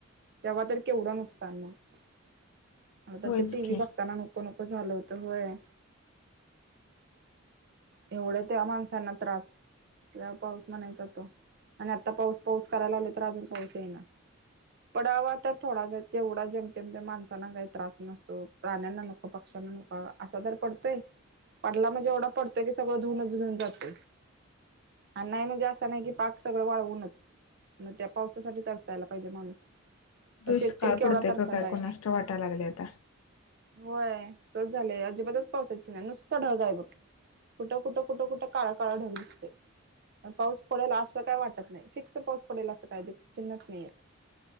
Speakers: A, on the right (about 50°); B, on the left (about 80°).
A: तेव्हा तर केवढं नुकसान मग आ तर
B: होयच
A: ते टी व्ही
B: की
A: बघताना नको नको झालं होत. होय. एवढं त्या माणसांना त्रास, त्या पाऊस म्हणायचा तो. आणि आता पाऊस पाऊस करायला लावलोय, तर अजून पाऊस येई ना. पडावा तर थोडा ज तेवढा जेमतेमत माणसांना काही त्रास नसो, राण्यांना नको, पक्ष असा तर पडतोय? पडला म्हणजे एवढा पडतोय की सगळ धुूनच घेऊन जात आणि नाही म्हणजे असा नाही की पाक सगळ वाळवूनच मग त्या पावसासाठी तसायला पाहिजे माणूस
B: दुईष
A: तर शेतकरी
B: काळ
A: केवढा
B: पडतेय
A: तरसायलाय
B: का काय कोणाष्ट वाटायला लागले आता
A: होय सच झालंय अजिबातच पावसाची नाही नुसतं ढग आहे बघ कुठं कुठं कुठं कुठं काळा काळा ढग दिसते पाऊस पडेल असं काही वाटत नाही फ पाऊस पडेल असं काय ते चिन्हच नाहीय